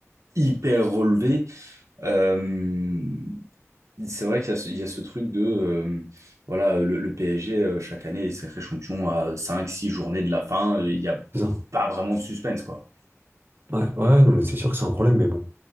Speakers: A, on the right; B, on the right.
A: hyper relevés. Euh, c'est vrai qu'il y a ce, il y a ce truc de, euh, voilà, le, le PSG, euh, chaque année, est sacré champion à cinq six journées de la fin. Il n'y a
B: C'est ça.
A: pas vraiment de suspense, quoi.
B: Ouais, ouais, non mais c'est sûr que c'est un problème, mais bon.